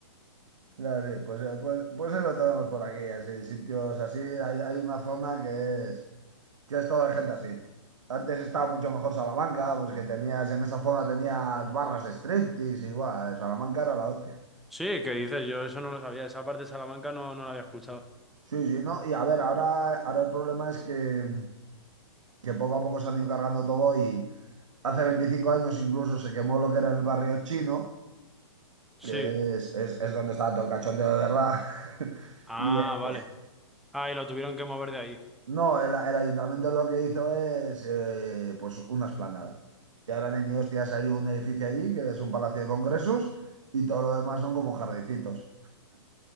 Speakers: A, on the right (about 85°); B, in the centre.
A: Ya, sí, pues, eh, pues, pues eso tenemos por aquí, así, sitios así. Hay, hay una zona que es, que es toda gente así. Antes estaba mucho mejor Salamanca, pues que tenías, en esa zona tenías barras de striptease y guau, Salamanca era la hostia.
B: Sí, ¿qué dices? Yo eso no lo sabía. Esa parte de Salamanca no, no la había escuchado.
A: Sí, sí, no, y a ver, ahora, ahora el problema es que, que poco a poco se han ido cargando todo y hace 25 años incluso se quemó lo que era el barrio chino,
B: Sí.
A: que es, es, es donde estaba todo el cachondeo de verdad.
B: Ah,
A: <laughs>
B: vale. Ah, y lo tuvieron que mover de ahí.
A: No, el, el ayuntamiento lo que hizo es eh, pues una esplanada. Y ahora en Eniostias hay un edificio allí que es un palacio de congresos y todo lo demás son como jardincitos.